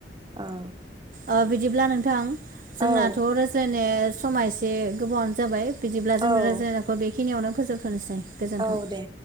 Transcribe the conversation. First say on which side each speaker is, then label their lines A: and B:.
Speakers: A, on the right (about 25°); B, on the right (about 45°).
A: औ।
B: ओ बिदिब्ला नोंथां जोंनाथ'
A: औ
B: रायज्लाय मा नो समा एसे गोबावानो जाबाय बिदिब्ला
A: औ
B: जोंनो रायज्लायखौ बे बेखिनियावनो फोजोबथ'नोसै गोजोन्थों।
A: औ दे